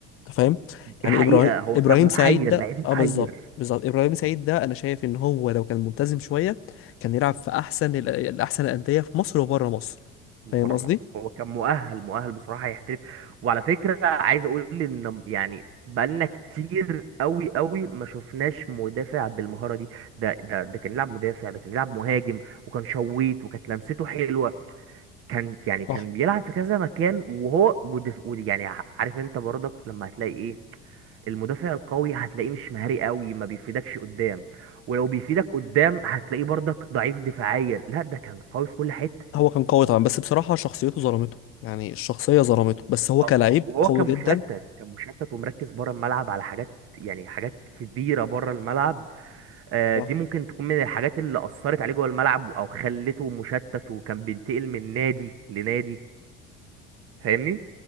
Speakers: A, on the left; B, on the right.
A: انت فاهم يعني
B: دي حقيقة
A: ابراهيم
B: هو
A: ابراهيم
B: كان محير
A: سعيد ده
B: لعيب محير
A: اه بالظبط بالظبط ابراهيم سعيد ده انا شايف ان هو لو كان ملتزم شويه كان يلعب في احسن ال- الاحسن الانديه في مصر وبره مصر
B: بره
A: فاهم قصدي
B: مصر هو كان مؤهل مؤهل بصراحة يحترف وعلى فكرة عايز اقول ان يعني بقالنا كتير قوي قوي ما شفناش مدافع بالمهارة دي ده ده ده كان يلعب مدافع ده كان يلعب مهاجم وكان شويت وكانت لمسته حلوة كان يعني كان
A: صح
B: بيلعب في كذا مكان وهو ودف ود- يعني ع- عارف انت برضك لما هتلاقي ايه المدافع القوي هتلاقيه مش مهاري قوي ما بيفيدكش قدام ولو بيفيدك قدام هتلاقيه برضك ضعيف دفاعيا لا ده كان قوي في كل حتة
A: هو كان قوي طبعا بس بصراحه شخصيته ظلمته يعني الشخصيه ظلمته بس هو
B: اه
A: كلاعب
B: وهو
A: قوي
B: كان
A: جدا
B: مشتت كان مشتت ومركز بره الملعب على حاجات يعني حاجات كبيره بره الملعب آه،
A: صح
B: دي ممكن تكون من الحاجات اللي اثرت عليه جوه الملعب او خلته مشتت وكان بينتقل من نادي لنادي فاهمني